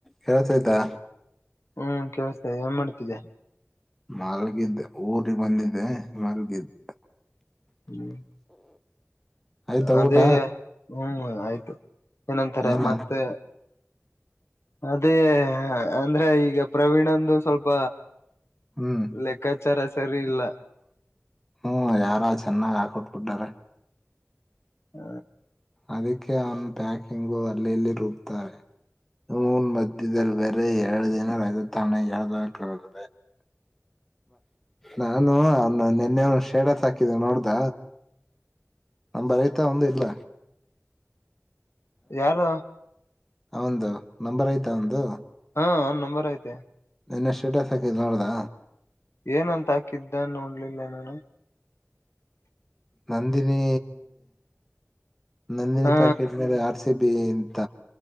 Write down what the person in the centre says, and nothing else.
ಹ ಕಳ್ತಯತಾ
ಮಲ್ಗಿದ್ದೆ ಊರಿಗೆ ಬಂದಿದ್ದೆ ಮಲ್ಗಿದ್ದ
ಆಯ್ತಾ
ಊಟ
ಏನ
ಹ್ಮ್
ಹ್ಮ್ ಯಾರೋ ಚೆನ್ನಾಗ್ ಹಾಕೋಟ್ ಬಿಿಟ್ಟಾರೆ
ಅದಕ್ಕೆ ಅವನ ಪ್ಯಾಕಿಂಗು ಅಲ್ಲಿಲ್ಲಿ ರೂಬ್ುತ್ತಾರೆ ೂನ್ ಮದ್ದದಲ್ ವ ಎರಡು ದಿನ ರಜ ತಾಣ ಎರಕ ಹೋಗ್ರೆ ನಾನು ಅವನ್ನ ನಿೆನ್ನೆ ಒ ಶೇಡತ್ ಹಾಕಿದ್ದ ನೋಡ್ದ ನಮ ಬರೀತಾ ಒಂದು ಇಲ್ಲ
ಹಂದು ನಂಬರ್ ಆಯ್ತಾ ಒಂದು
ನನ್ನ ಸ್ಟೇಟಸ್ ಹಾಕಿದೆ ನೋಡ್ದಾ
ನಂದಿನಿ ನಂದಿನಿ
ಪ್ಯಾಕೆಟ್ ಮೇಲೆ ಆ ಸಿಬಂತ